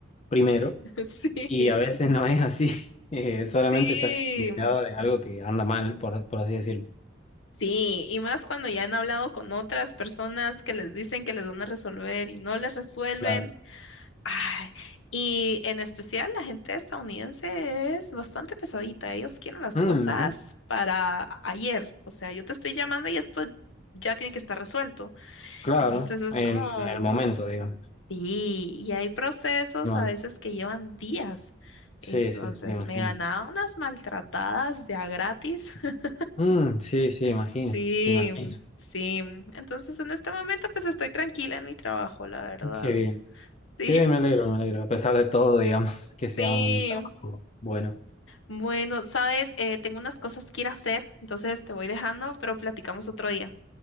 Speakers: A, on the left; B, on the left.
A: primero
B: Sí,
A: y a veces no es así. <laughs> Eh, solamente
B: sí.
A: estás enterado de algo que anda mal, por, por así decirlo.
B: Sí, y más cuando ya han hablado con otras personas que les dicen que les van a resolver y no les resuelven.
A: Claro.
B: Ay, y en especial la gente estadounidense es bastante pesadita. Ellos quieren las
A: Mm,
B: cosas
A: mira,
B: para ayer. O sea, yo te estoy llamando y esto ya tiene que estar resuelto.
A: claro,
B: Entonces es
A: en
B: como,
A: el momento, digamos.
B: sí, y hay procesos
A: Bueno,
B: a veces que llevan días.
A: sí,
B: Entonces
A: sí, sí, imagino.
B: me ganaba unas maltratadas de a gratis. <laughs>
A: Mm, sí, sí, imagino,
B: Sí,
A: imagino.
B: sí. Entonces en este momento pues estoy tranquila en mi trabajo, la verdad.
A: Qué bien,
B: Sí,
A: qué bien, me alegro, me alegro. A pesar de todo, digamos, <laughs>
B: <laughs>
A: que sea
B: sí.
A: un trabajo bueno.
B: Bueno, sabes, Eh, tengo unas cosas que ir a hacer, entonces te voy dejando, pero platicamos otro día.